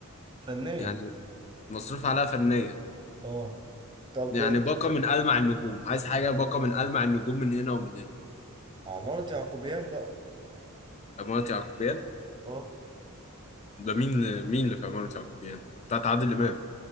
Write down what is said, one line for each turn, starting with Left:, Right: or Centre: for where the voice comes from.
Right: فنيا
Left: يعني مصروف عليها فنيا
Right: أه طب
Left: يعني
Right: أنت
Left: باقه من ألمع النجوم عايز حاجه باقه من ألمع النجوم من هنا ومن هنا
Right: عمارة يعقوبيان بقى
Left: عمارة يعقوبيان
Right: أه
Left: ده مين مين اللي في عمارة يعقوبيان بتاعت عادل امام